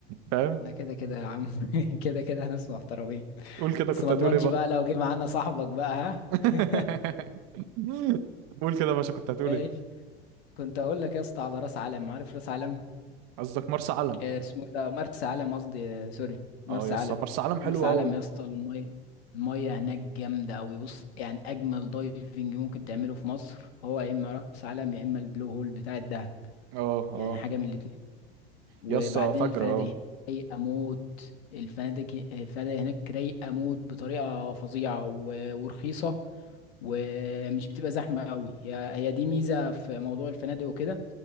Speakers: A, on the right; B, on the left.
A: فاهم
B: انا كده كده يا عم <laughs> كده كده هناس محترمين
A: قول كده
B: بس
A: كنت
B: ما
A: هتقول
B: اضمنش
A: ايه بقى
B: بقى لو جه معانا صاحبك بقى ها
A: <laughs>
B: <laughs>
A: قول كده يا باشا كنت هتقول
B: ايش
A: ايه
B: كنت اقول لك يا اسطى على راس علم عارف راس علم
A: قصدك مرسى علم
B: آه، اسمه إيه ده مرسى علم قصدي آه، سوري مرسى
A: اه يا اسطى
B: علم
A: مرسى علم حلو
B: مرسى علم
A: قوي
B: يا اسطى المية المية هناك جامدة أوي بص يعني أجمل دايفنج ممكن تعمله في مصر هو يا إما مرسى علم يا إما البلو هول بتاع الدهب
A: اه اه
B: يعني حاجة من الاتنين وبعدين
A: يا اسطى فجر
B: الفنادق
A: اه
B: هناك رايقة موت الفنادق الفنادق هناك رايقة موت بطريقة فظيعة و- ورخيصة ومش بتبقى زحمة أوي هي هي دي ميزة في موضوع الفنادق وكده